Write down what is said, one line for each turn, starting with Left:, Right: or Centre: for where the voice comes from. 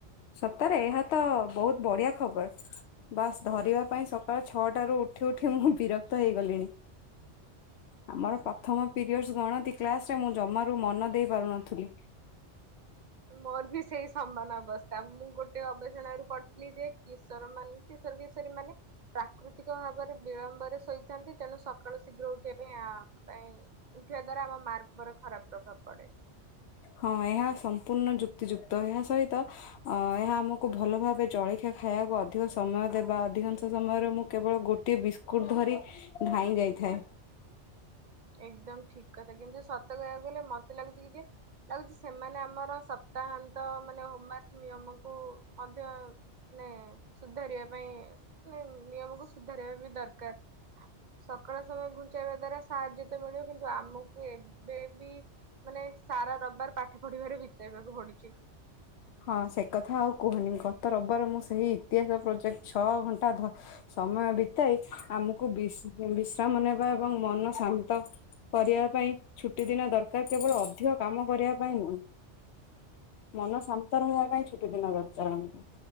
Left: ସତରେ ଏହା ତ ବହୁତ ବଢ଼ିଆ ଖବର। ବାସ୍ ଧରିବା ପାଇଁ ସକାଳ ଛଅଟାରୁ ଉଠି ଉଠି ମୁଁ ବିରକ୍ତ ହେଇଗଲିଣି। ଆମର ପ୍ରଥମ ପିରିୟଡଶ୍ ଗଣତି କ୍ଲାସରେ ମୁଁ ଜମାରୁ ମନ ଦେଇ ପାରୁନଥିଲି।
Right: ମୋର ବି ସେଇ ସମାନ ଅବସ୍ଥା ମୁଁ ଗୋଟେ ଗବେଷଣା ରୁ ପଢଥିଲି ଯେ କିଶୋର ମାନ କିଶର କିଶୋରୀ ମାନେ ପ୍ରାକୃତିକ ଭାବରେ ବିଳମ୍ବରେ ଶୋଇଥାନ୍ତି ତେଣୁ ସକାଳୁ ଶୀଘ୍ର ଉଠ ସେଇପାଇ ଆମ ପାଇଁ ଉଠେଇବା ଦ୍ଵାରା ଆମ ମାର୍କ ଉପରେ ଖରାପ ପ୍ରଭାବ ପଡେ।
Left: ହଁ ଏହା ସମ୍ପୂର୍ଣ୍ଣ ଯୁକ୍ତିଯୁକ୍ତ। ଏହା ସହିତ ଅ ଏହା ଆମକୁ ଭଲ ଭାବେ ଜଳଖିଆ ଖାଇବାକୁ ଅଧିକ ସମୟ ଦେବା ଅଧିକାଂଶ ସମୟରେ ମୁଁ କେବଳ ଗୋଟେ ଟେ ବିସ୍କୁଟ ଧରି ଧାଇଁ ଯାଇଥାଏ।
Right: ଏକଦମ ଠିକ କଥା କିନ୍ତୁ ସତ କହିବାକୁ ଗଲେ ମତେ ଲାଗୁଛି କି ଯେ ଲାଗୁଛି ସେମାନେ ଆମର ସପ୍ତାହାନ୍ତ ମାନେ ହୋମାର୍କ ନିୟମକୁ ମଧ୍ୟ ମାନେ ସୁଧାରିବା ପାଇଁ ନିୟମକୁ ସୁଧାରିବା ବି ଦରକାର। ସକାଳ ସମୟ ଘୁଞ୍ଚେଇବା ଦ୍ଵାରା ସାହାଯ୍ୟ ତ ମିଳିବ କିନ୍ତୁ ଆମକୁ ଏବେ ବି ମାନେ ସାରା ରବିବାର ପାଠ ପଢିବାରେ ବିତେଇବାକୁ ପଡୁଛି।
Left: ହଁ ସେ କଥା ଆଉ କୁହନି ଗତ ରବିବାର ମୁଁ ସେଇ ଇତିହାସ ପ୍ରୋଜେକ୍ଟ ଛଅ ଘଣ୍ଟା ଧ ସମୟ ବିତାଇ ଆମକୁ ବିଶ୍ ବିଶ୍ରାମ ନେବା ଏବଂ ମନ ଶାନ୍ତ କରିବା ପାଇଁ ଛୁଟି ଦିନ ଦରକାର କେବଳ ଅଧିକ କାମ କରିବା ପାଇଁ ନୁହେଁ ମନ ଶାନ୍ତି ଛୁଟି ଦିନ ଦରକାର ଆମକୁ।